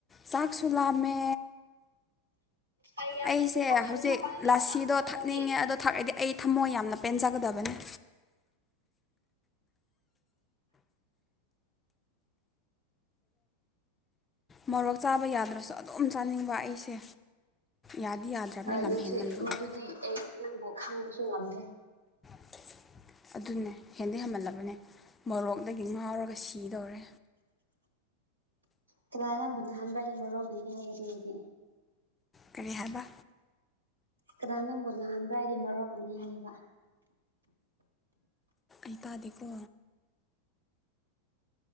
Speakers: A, on the left; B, on the right.
A: ꯆꯥꯛꯁꯨ ꯂꯥꯝꯃꯦ
B: ꯑꯩ ꯌꯥꯝ
A: ꯑꯩꯁꯦ
B: ꯑꯗꯨꯃꯛ ꯁꯥꯔꯁꯨ
A: ꯍꯧꯖꯤꯛ
B: ꯃꯄꯥꯟꯗ ꯂꯩꯕ
A: ꯂꯥꯁꯤꯗꯣ
B: ꯉꯝꯕ꯭ꯔꯣꯅꯦ
A: ꯊꯛꯅꯤꯡꯉꯦ
B: ꯅꯪꯗꯤ
A: ꯑꯗꯣ ꯊꯥꯛꯗꯤ ꯑꯩ ꯊꯝꯃꯣꯏ ꯌꯥꯝꯅ ꯄꯦꯟꯖꯒꯗꯕꯅꯤ ꯃꯣꯔꯣꯛ ꯆꯥꯕ ꯌꯥꯗ꯭ꯔꯁꯨ ꯑꯗꯨꯝ ꯆꯥꯅꯤꯡꯕ ꯑꯩꯁꯦ ꯌꯥꯗꯤ ꯌꯥꯗ꯭ꯔꯕꯅꯦ
B: ꯍꯣꯏ
A: ꯂꯝ
B: ꯅꯪꯁ
A: ꯍꯦꯟꯃꯟꯕꯒꯤ
B: ꯃꯗꯨꯗꯤ ꯑꯩ ꯅꯪꯕꯨ ꯈꯪꯕꯁꯨ ꯉꯝꯗ꯭ꯔꯦ
A: <unintelligible> ꯑꯗꯨꯅꯦ ꯍꯦꯟꯗꯤꯩ ꯍꯃꯜꯂꯕꯅꯦ ꯃꯣꯔꯣꯛꯗꯒꯤ ꯉꯥꯎꯔꯒ ꯁꯤꯗꯧꯔꯦ
B: ꯀꯅꯥ ꯅ ꯅꯪꯕꯨ ꯅꯅꯥꯍꯟꯕꯏꯒ ꯃꯔꯣꯛꯅꯅꯤ ꯍꯥꯏꯌꯦ ꯑꯗꯨ ꯑꯣꯏꯗꯤ
A: ꯀꯔꯤ ꯍꯥꯏꯕ
B: ꯀꯗꯥ ꯅꯪꯕꯨ ꯂꯥꯟꯕ꯭ꯔ ꯍꯥꯏꯗꯤ ꯃꯔꯨꯕꯅꯤ ꯍꯥꯏꯌꯦꯕ
A: ꯑꯇꯥꯗꯤꯀ